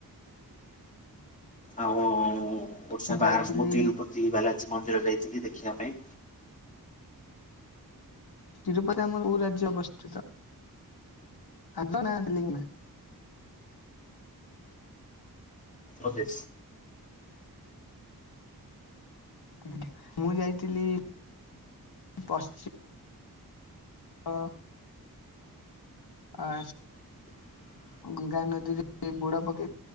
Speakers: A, on the left (about 20°); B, on the left (about 80°).
A: ଆଉ ଓଡିଶା
B: ମୁଁ ଯାଇଥିଲି
A: ବାହାର ସବୁ ତିରୁପତି ବାଲାଚି ମନ୍ଦିର ଯାଇଥିଲି ଦେଖିବା ପାଇଁ।
B: ତିରୁପତି ଆମର କୋଉ ରାଜ୍ୟ ଅବସ୍ଥିତ? ଆଦ ନା ଲିଙ୍ଗ ନା
A: ଓକେ
B: ଆଜ୍ଞା ମୁଁ ଯାଇଥିଲି ପଶ୍ଚି ହଁ ଆ
A: <inaudible>
B: ଗଙ୍ଗା ନଦୀରେ ବୁଡ଼ ପକେଇ